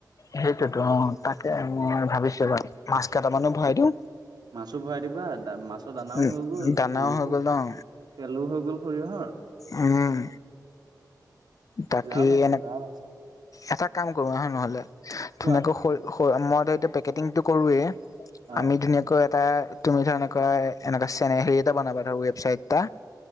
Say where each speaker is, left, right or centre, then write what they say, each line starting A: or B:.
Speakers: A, on the left (about 50°); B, on the right (about 70°).
A: সেইটোতো অ' তাকে মই ভাবিছো বাৰু, মাছ কেইটামানো ভৰাই দিওঁ।
B: মাছো ভৰাই দিবা, মাছৰ দানাও
A: উম
B: হৈ গ'ল,
A: দানাও
B: সৰিয়হ
A: হৈ গ'ল ন
B: তেলো হৈ গ'ল সৰিয়হৰ
A: উম',। বাকী
B: লাভ আছে
A: এনে
B: লাভ আছে
A: এটা কাম কৰো আহ নহলে,
B: কোৱা
A: ধুনীয়াকৈ মই ত' এইটো পেকেটিংটো কৰোঁৱেই,
B: অ
A: আমি ধুনীয়াকৈ এটা তুমি ধৰা এনেকৈ, এনেকৈ চেনেহী হেৰি এটা বনাবা ধৰা ৱেবচাইট এটা।